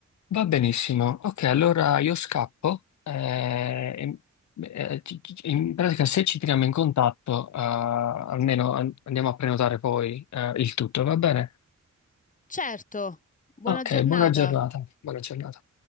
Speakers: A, on the left; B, on the left.
A: va benissimo. Ok, allora io scappo. eh, e- eh, ci- ci- in pratica, se ci tiriamo in contatto, eh, almeno an- andiamo a prenotare poi, eh, il tutto, va bene?
B: Certo, buona
A: Ok,
B: giornata.
A: buona giornata. Buona giornata.